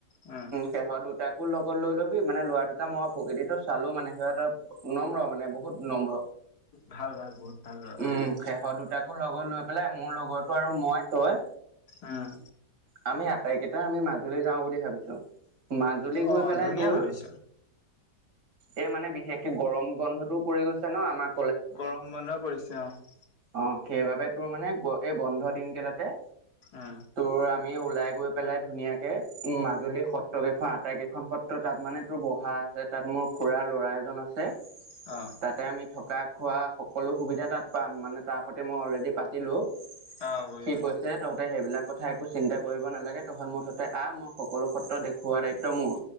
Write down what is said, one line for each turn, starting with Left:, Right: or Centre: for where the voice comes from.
Left: অ।
Right: সিহঁত দুটাকো লগত লৈ লবি। মানে লৰা দুটা মই প্ৰকৃতিটো চালো মানে সিহঁতৰ নম্ৰ মানে বহ বহুত নম্ৰ
Left: ভাল ভাল বহুত ভাল ল'ৰা
Right: উম।
Left: অ',
Right: সেহঁত দুটাকো লগত লৈ পেলাই, মোৰ লগৰতো আৰু মই তই।
Left: উম।
Right: আমি আটাইকেইটা আমি মাজুলী যাওঁ বুলি ভাবিছো। মাজুলী গৈ
Left: অ',
Right: পেলাই
Left: ধুনীয়া
Right: তোৰ,
Left: ভাবিছ
Right: এই মানে বিশেষকে গৰম বন্ধটোও পৰি গৈছে ন আমাক
Left: গৰম বন্ধ পৰিছে, অ।
Right: অ, সেইবাবে তোৰ মানে এই বন্ধ দিন গেটাতে।
Left: অ
Right: তোৰ আমি ওলাই গৈ পেলাই ধুনীয়াকে উম মাজুলী সত্ সত্ৰ কেইখন আটাই কেইখন সত্ৰ তাত মানে তোৰ বহা আছে তাত মোৰ খুৰাৰ ল'ৰা এজন আছে
Left: অ
Right: তাতে আমি থকা খোৱা সকলো সুবিধা তাত পাম মানে তাৰ সৈতে মই অলৰেডি পাত তিলো
Left: অ', বুজি
Right: সি
Left: পাইছো
Right: কৈছে তহঁতে সেইবিলাক কথা একো চিন্তা কৰিব নালাগে তহঁত মুঠতে আহ মই সকলো সত্ৰ দেখ খুৱাৰ দায়িত্ব মোৰ